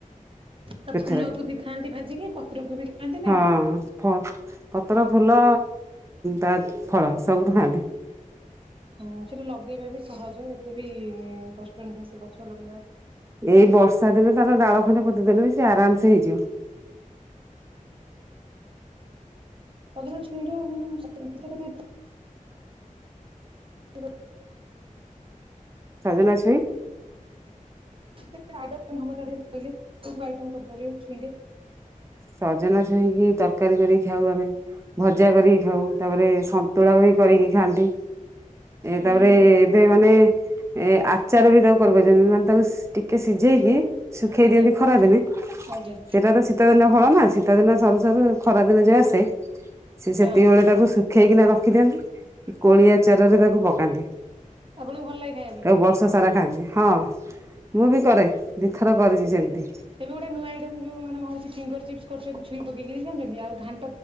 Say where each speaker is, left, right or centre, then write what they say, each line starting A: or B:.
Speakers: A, on the right; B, on the right.
A: ତା
B: ସେଥିରେ
A: ଫୁଲକୁ ବି ଖାଆନ୍ତି ଭାଜିିକି ପତ୍ର କୁ ବି, ଖାଆନ୍ତି ନା
B: ହଁ
A: କି
B: ଫ ପତ୍ର ଫୁଲ ତା ଫଳ ସବୁ କୁ ଖାଆନ୍ତି,
A: ହୁଁ ସେଟା ଲଗେଇବା ବି ସହଜ ଏତେ ବି କଷ୍ଟ ନୁହେଁ ସେ ଗଛ ଲଗେଇବା,
B: ଏଇ ବର୍ଷା ଦିନଲେ ତାର ଡାଳ ଖଣ୍ଡେ ପୋତିଦ ଦେଲେ ବି ସେ ଆରାମ ସେ ହେଇଯିବ,
A: ପଜନ ଛୁଇଁ ର ମାନେ <unintelligible> କେତେ କେ, <inaudible>
B: ସଜନା ଛୁଇଁ,
A: <inaudible> କୋଉ-କୋଉ ଆଇଟ କରିପାରିବେ ଛୁଇଁଲେ?
B: ସଜନା ଛୁଇଁକି ତରକାରୀ କରିକି ଖାଉ ଆମେ, ଭଜା କରିକି ଖାଉ ତାପରେ ସନ୍ତୁଳା ବି କରିକି ଖାଆନ୍ତି, ଏ ତାପରେ
A: ହୁଁ
B: ଏବେ ମାନେ, ଏ ଆଚାର ବି ତାକୁ କରିବ ଜମି ମାନେ ତାକୁ ଇସ୍ ଟିକେ ସିଝେଇକି, ଶୁଖେଇ
A: ଆଜ୍ଞା।
B: ଦିଅନ୍ତି ଖରାଦିନେ
A: ଆଜ୍ଞା
B: ସେଟା ତ ଶୀତଦିନ, ଫଳ ନା ଶୀତ ଦିନ ସରୁ-ସରୁ ଖରା ଦିନ ଯେ ଆସେ ସେ ସେତିକବେଳେ
A: ହଁ
B: ତାକୁ ମୁଁ, ଖେଇକିନା ରଖି ଦିଅନ୍ତି କୋଳି ଆଚାରରେ
A: ହଁ
B: ତାକୁ ପକାନ୍ତି,
A: ଆପଣଙ୍କୁ ଭଲ ଲାଗେ ଖାଇବା
B: ତାକୁ
A: ପାଇଁ,
B: ବର୍ଷ ସାରା ଖାଆନ୍ତି ହଁ ମୁଁ ବି କରେ ଦିଥର କରିଛି ସେମତି,
A: ଏବେ ଗୋଟେ ନୂଆଇଟମ୍ ଯୋଉ ମାନେ ହଉ ଫିଙ୍ଗର ଚିପସ୍ କରୁଛନ୍ତି ଛୁଇଁ ପକେଇକିରି କିଏ ଆଣୁଛନ୍ତି ଆଉ ଘାଟ୍,